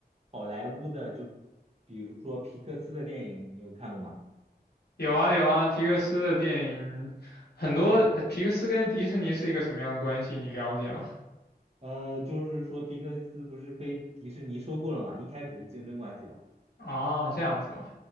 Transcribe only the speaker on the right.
好莱坞的，就比如说皮克斯的电影，你有看过吗？
呃，就是说皮克斯不是被迪士尼收购了嘛，一开始是竞争关系吧？